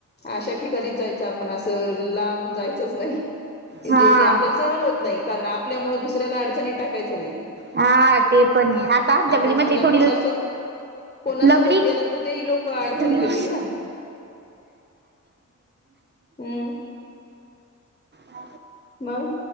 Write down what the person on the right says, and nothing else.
हा
हा ते पण आहे आता जंगलीमधली
थोडी...
लंगडी...
ह...
अ